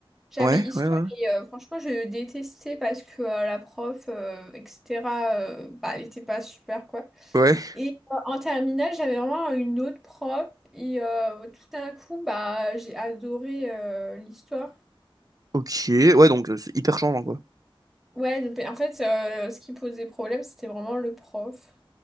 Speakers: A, in the centre; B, on the right.
A: J'avais
B: ouais,
A: histoire
B: ouais, ouais.
A: et euh, franchement, je détestais parce que euh, la prof, euh, etc., euh, bah, elle était pas super, quoi.
B: Ouais.
A: Et euh, en terminale, j'avais vraiment une autre prof et euh, tout d'un coup, bah, j'ai adoré euh, l'histoire.
B: Ok, ouais, donc euh, c'est hyper changeant, quoi.
A: Ouais, donc, en fait, euh, ce qui posait problème, c'était vraiment le prof.